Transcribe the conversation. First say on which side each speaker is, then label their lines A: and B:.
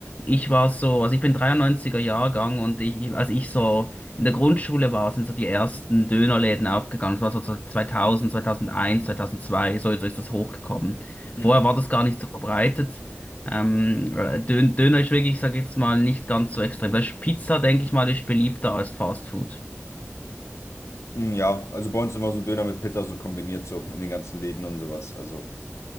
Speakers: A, on the left; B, on the left.
A: Ich war so, also ich bin 93 Jahrgang und ich, ich- als ich so in der Grundschule war, sind so die ersten Dönerläden aufgegangen. Das war so 2000, 2001, 2002, so so ist das hochgekommen.
B: Hm.
A: Vorher war das gar nicht so verbreitet. Ähm, äh, Dön Döner ist wirklich, ich sag jetzt mal, nicht ganz so extrem. Das ist Pizza, denke ich mal, ist beliebter als Fast Food.
B: Hm, Ja, also bei uns immer so Döner mit Pizza so kombiniert so in den ganzen Läden und sowas. Also